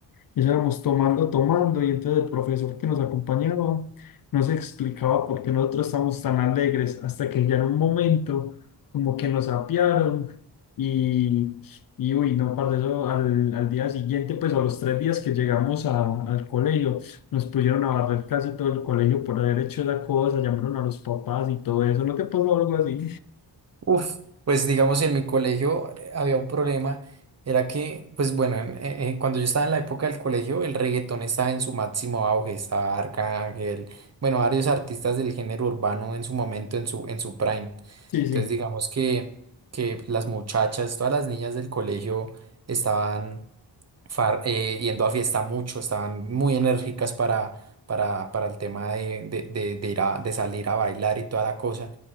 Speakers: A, on the left; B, on the right.
A: y eso éramos tomando, tomando. Y entonces el profesor que nos acompañaba nos explicaba por qué nosotros estábamos tan alegres hasta que ya en un momento como que nos apiaron y, y uy, no, parte eso al, al día siguiente, pues a los tres días que llegamos a- al colegio, nos pusieron a barrer casi todo el colegio por haber hecho esa cosa, llamaron a los papás y todo eso. ¿No te pasó algo así?
B: Uf, pues digamos en mi colegio eh, había un problema, era que, pues bueno, en- en- en- cuando yo estaba en la época del colegio, el reggaetón estaba en su máximo auge, estaba Arcángel, bueno, varios artistas del género urbano en su momento, en su, en su prime.
A: Sí,
B: Entonces
A: sí.
B: digamos que, que las muchachas, todas las niñas del colegio estaban far- eh, yendo a fiesta mucho, estaban muy enérgicas para, para, para el tema de, de, de- de ir a, de salir a bailar y toda la cosa.